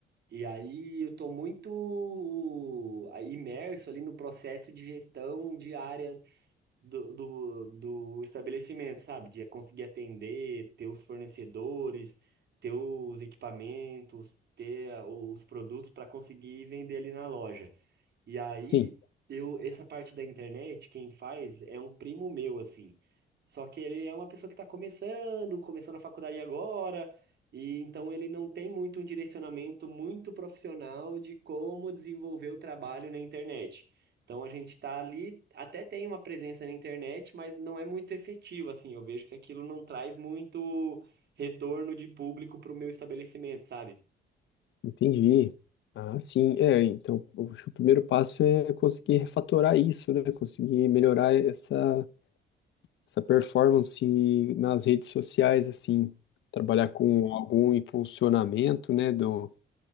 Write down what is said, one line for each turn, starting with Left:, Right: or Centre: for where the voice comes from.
Right: E aí eu estou muito ah, imerso ali no processo de gestão diária do, do, do estabelecimento, sabe? De conseguir atender, ter os fornecedores, ter os equipamentos, ter ah, os produtos para conseguir vender ali na loja. E aí,
Left: Sim,
Right: eu, essa parte da internet, quem faz é um primo meu, assim. Só que ele é uma pessoa que está começando, começou na faculdade agora, e então ele não tem muito um direcionamento muito profissional de como desenvolver o trabalho na internet. Então a gente está ali, até tem uma presença na internet, mas não é muito efetiva, assim. Eu vejo que aquilo não traz muito retorno de público para o meu estabelecimento, sabe?
Left: entendi. Ah, sim, é, então, eu acho que o primeiro passo é conseguir refatorar isso, né? Conseguir melhorar essa, essa performance nas redes sociais, assim. Trabalhar com algum impulsionamento, né, do,